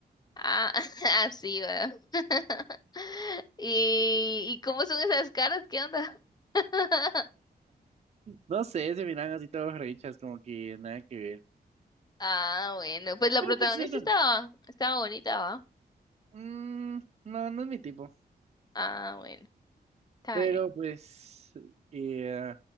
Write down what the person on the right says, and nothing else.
No sé, se miran así todos rechas, como que nada que ver.
Pero
pues eran,
mm, no, no es mi tipo.
Pero
pues, eh,